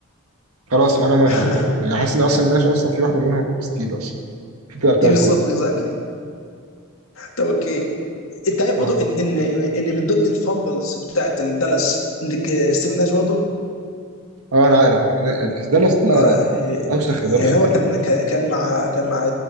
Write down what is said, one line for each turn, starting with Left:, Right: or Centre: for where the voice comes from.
Right: خلاص انا موافق
Left: <laughs>
Right: عامه يعني حاسس ان اصلا ناش اصلا في واحده منهم ستيل اصلا في بتاعت
Left: إيه بالظبط
Right: كوبي
Left: اكزاكتلي طب اوكي انت عارف برضه
Right: انا
Left: ان ان ان من ضمن الفامبلز بتاعت الدالاس عندك آه، ستيفن ناش برضه
Right: اه انا عارف آه، ده ده- ده
Left: آه
Right: أوسخ إدارة
Left: يعني
Right: في التاريخ
Left: هو كان كان كان مع كان مع